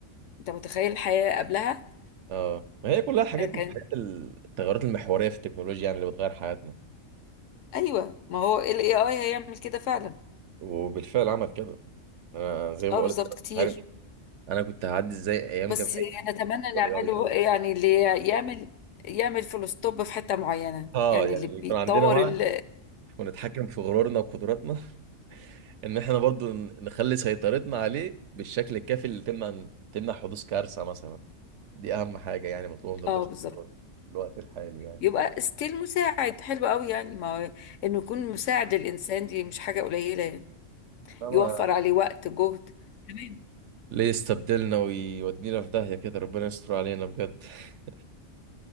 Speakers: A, on the left; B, on the right.
A: انت متخيل الحياه قبلها
B: اه ما هي كلها حاجات
A: أنا كان
B: من الحاجات التغيرات المحورية في التكنولوجيا يعني اللي بتغير حياتنا
A: ايوه ما هو الاي اي هيعمل كده فعلا
B: وبالفعل عمل كده انا زي ما
A: اه
B: بقول
A: بالظبط
B: لك انا
A: كتير
B: مش عارف انا كنت هعدي ازاي ايام
A: بس
B: جامعتي
A: نتمنى
B: والاي
A: نعمله
B: اي ده
A: يعني اللي يعمل يعمل فول ستوب في حتة معينة
B: اه
A: يعني
B: يعني
A: اللي بيطور
B: كان عندنا وعي
A: ال
B: ونتحكم في غرورنا وقدراتنا <laughs> ان احنا برضو ن- نخلي سيطرتنا عليه بالشكل الكافي اللي تمنع تمنع حدوث كارثة مثلا دي اهم حاجة يعني مطلوبة من البشر
A: اه بالظبط
B: في الوقت الحالي يعني
A: يبقى ستيل مساعد حلو قوي يعني ما هو انه يكون مساعد للانسان دي مش حاجة قليلة يعني
B: فما
A: يوفر عليه وقت جهد تمام
B: ليه يستبدلنا ويودينا في داهية كده ربنا يستر علينا بجد <laughs>